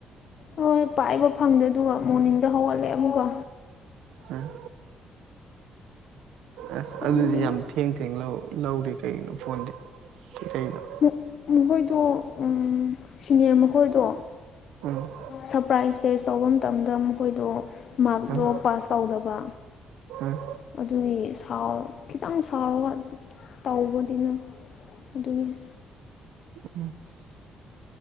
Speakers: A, on the left; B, on the right.
A: ꯍꯣꯏ ꯄꯥꯏꯕ ꯐꯪꯗꯦ ꯑꯗꯨꯒ ꯃꯣꯔꯅꯤꯡꯗ ꯍꯧꯒꯠꯂꯦ ꯑꯃꯨꯛꯀ
B: ꯑ ꯑꯁ
A: ꯈꯪꯗꯦꯅ
B: ꯑꯗꯨꯗꯤ ꯌꯥꯝ ꯊꯦꯡ ꯊꯦꯡ ꯂꯧ ꯂꯧꯔ‌ꯦ ꯀꯩꯒꯤꯅꯣ ꯐꯣꯟꯗꯤ ꯀꯩꯀꯩꯗ‌ꯣ
A: ꯃ ꯃꯈꯣꯏꯗꯣ ꯎꯝ ꯁꯤꯅꯤꯌꯔ ꯃꯈꯣꯏꯗꯣ
B: ꯎꯝ
A: ꯁꯄ꯭ꯔꯥꯏꯁ ꯇꯦꯖ ꯇꯧꯕ ꯃꯇꯝꯗ ꯃꯈꯣꯏꯗꯣ ꯃꯥꯔ꯭ꯛꯇꯣ
B: ꯎꯝ
A: ꯄꯥꯁ ꯇꯧꯗꯕ
B: ꯎꯝ
A: ꯑꯗꯨꯒꯤ ꯁꯥꯎ ꯈꯤꯇꯪ ꯁꯥꯎꯔꯒ ꯇꯧꯕꯗꯤꯅ ꯑꯗꯨꯒꯤ
B: <unintelligible>